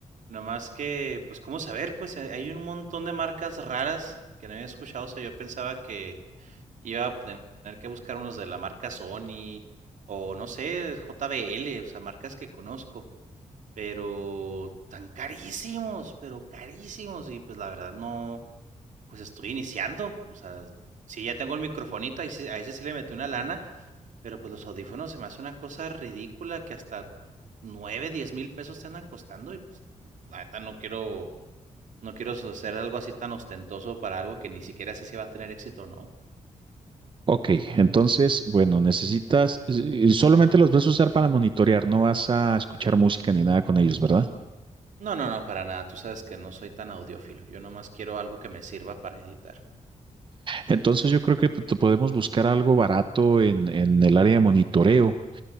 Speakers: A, on the right; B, on the right.
A: Nomás que, pues, ¿cómo saber? Pues eh, hay un montón de marcas raras que no había escuchado. O sea, yo pensaba que iba a tener que buscar unos de la marca Sony o no sé, JBL, o sea, marcas que conozco. Pero tan carísimos, pero carísimos. Y pues la verdad no, pues estoy iniciando. O sea, sí, ya tengo el microfonito, ahí sí- a ese sí le metí una lana, pero pues los audífonos se me hace una cosa ridícula que hasta 9, diez mil pesos te andan costando y pues la neta no quiero, no quiero hacer algo así tan ostentoso para algo que ni siquiera sé si va a tener éxito o no.
B: Ok, entonces, bueno, necesitas, eh, eh, solamente los vas a usar para monitorear, no vas a escuchar música ni nada con ellos, ¿verdad?
A: No, no, no, para nada. Tú sabes que no soy tan audiófilo. Yo nomás quiero algo que me sirva para editar.
B: Entonces yo creo que p- te podemos buscar algo barato en, en el área de monitoreo